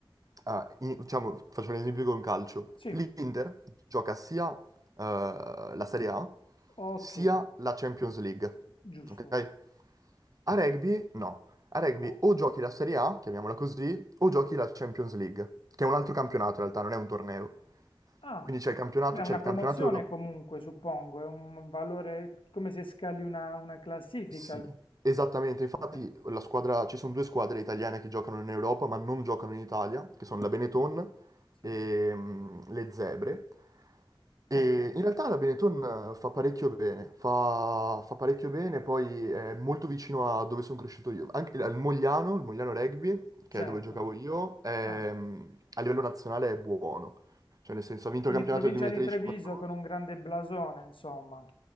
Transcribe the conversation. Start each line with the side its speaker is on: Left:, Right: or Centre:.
Right: ah, in- diciamo, faccio un esempio con calcio.
Left: Sì,
Right: L'Inter gioca sia eh, la Serie A
Left: ok,
Right: sia la Champions League,
Left: giusto.
Right: ok? A rugby no. A rugby
Left: No.
Right: o giochi la Serie A, chiamiamola così, o giochi la Champions League, che è un altro campionato in realtà, non è un torneo.
Left: Ah,
Right: Quindi c'è il campionato,
Left: beh, una
Right: c'è il
Left: promozione
Right: campionato europeo.
Left: comunque, suppongo, è un valore come se scali una, una classifica.
Right: Sì, esattamente. Infatti
Left: Ok,
Right: la squadra, ci sono due squadre italiane che giocano in Europa, ma non giocano in Italia, che sono la Benetton
Left: sì,
Right: e mm, le Zebre. E
Left: ok,
Right: in realtà la Benetton eh, fa parecchio bene, fa, fa parecchio bene, poi è molto vicino a dove sono cresciuto io. Anche al Mogliano, il Mogliano Rugby,
Left: certo.
Right: che è dove giocavo io, è,
Left: Ah,
Right: mm, a livello nazionale è buono. Cioè nel senso, ha vinto
Left: quindi
Right: il campionato
Left: provincia
Right: del 2013-14.
Left: di Treviso con un grande blasone, insomma.